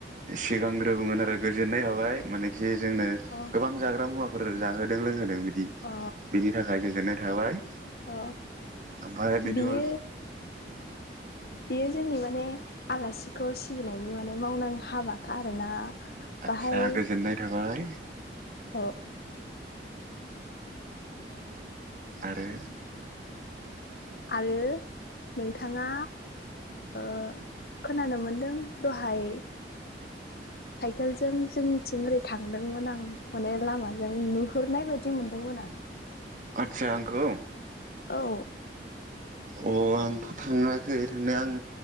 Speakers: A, on the right; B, on the left.
A: सिगांग्रोगोन आरो गोजोननाय हाबाय माने जे जोंनो
B: अ
A: गोबां जाग्रा मुवा फोरो जाहोदों लोंहोदों बिदि
B: अ
A: बिनि थाखाय गोजोननाय थाबाय
B: अ
A: ओमफ्राय बेनि
B: बियो
A: उन
B: बियो जोंनि माने आलासिखौ सिबिनायनि माने मावनां हाबाखा आरोना बाहाय
A: आच्छा गोजोननाय थाबाय
B: अ
A: आरो
B: आरो नोंथाङा ओ खोनानो मोनदों दहाय साइकेलजों जोंनिथिं ओरै थांदोंमोन आं माने लामाजों नुहुरनाय बायदि मोनदोंमोन आं
A: आच्छा आंखौ
B: औ
A: अ आंथ थाङाखै थांनाया आं